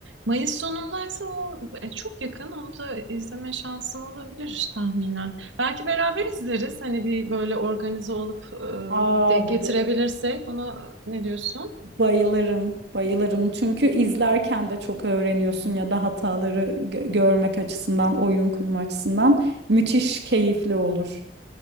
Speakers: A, on the right (about 85°); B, on the right (about 65°).
A: Mayıs sonundaysa o e, çok yakın. Onu da izleme şansım olabilir tahminen. Belki beraber izleriz. Hani bir böyle organize olup e,
B: Aa,
A: denk
B: bay-
A: getirebilirsek. Ona ne diyorsun?
B: bayılırım, bayılırım. Çünkü izlerken de çok öğreniyorsun ya da hataları gö- görmek açısından, oyun kurma açısından müthiş keyifli olur.